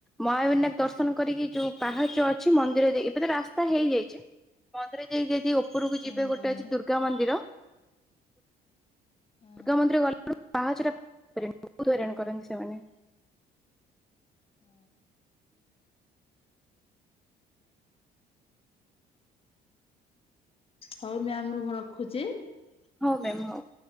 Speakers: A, in the centre; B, on the left (about 35°).
A: ମହାବିନାୟକ ଦର୍ଶନ କରିକି ଯୋଉ ପାହାଚ ଅଛି ମନ୍ଦିର ଦେଇ ଏବେ ତ ରାସ୍ତା ହେଇଯାଇଚି। ମନ୍ଦିର <unintelligible> ଓପୁରୁକୁ
B: ହଁ
A: ଯିବେ ଗୋଟେ ଅଛି ଦୁର୍ଗା ମନ୍ଦିର
B: ହଁ
A: ଦୁର୍ଗା ମନ୍ଦିର ଗଲାବେଳୁ ବାହାଚ ଟା ବହୁତ ହଇରାଣ କରନ୍ତି ସେମାନେ।
B: ହୁଁ। ହଉ ମ୍ୟାାମ୍ ରୁ ମୁଁ ରଖୁଚି।
A: ହୋଉ ମ୍ୟାମ୍ ହୋଉ।